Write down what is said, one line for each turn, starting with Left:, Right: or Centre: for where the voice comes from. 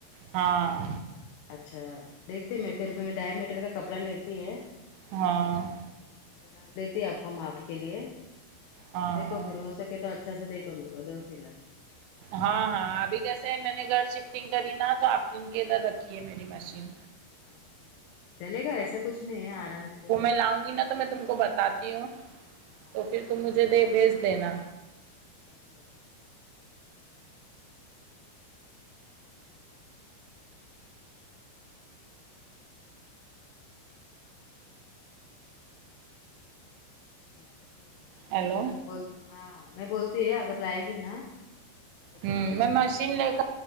Right: ہاں
Left: اچھا دیکھتی میں پھر میں ڈھائی میٹر کا کپڑا لیتی ہے
Right: ہاں
Left: کررا دیتی آپ کو ماپ کے لیے
Right: ہاں
Left: دیکھو پھر ہو سکے تو اچھا سے دیکھو میرے کو دو سیلاکے
Right: ہاں ہاں ابھی کیسے ہے میں نے گھر شفٹنگ کری نا تو آپ نے ان کے ادھر رکھئیے میری مشین
Left: اچھا چلے گا ایسا کچھ نہیں ہے آرام سے
Right: کل آؤں گی نہ تو میں تم کو بتاتی ہوں
Left: ہاں
Right: تو پھر تم مجھے دے بھیج دینا
Left: چلو وچا اچھا ٹھیک ہے ہاں
Right: ہیلو
Left: ہاں ہاں بول ہاں میں بولتی ہے اگر لائے گی نا تو
Right: امم
Left: بولتی
Right: میں
Left: ہے
Right: مشین لے کر